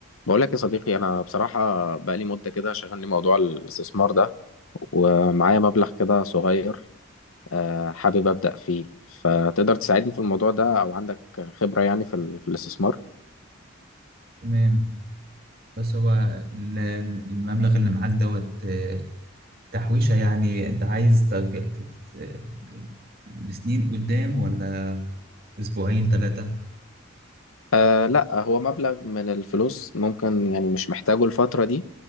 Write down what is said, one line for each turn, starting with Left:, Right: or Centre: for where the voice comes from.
Left: بقول لك يا صديقي انا بصراحه بقالي مده كده شغلني موضوع الاستثمار ده ومعايا مبلغ كده صغير آه، حابب ابدا فيه فتقدر تساعدني في الموضوع ده او عندك خبره يعني في ال- في الاستثمار
Right: تمام بس هو ال- المبلغ اللي معاك دوت آه، تحويشة يعني انت عايز تج- تت- لسنين قدام ولا اسبوعين ثلاثة
Left: آه لا هو مبلغ من الفلوس ممكن يعني مش محتاجه الفتره دي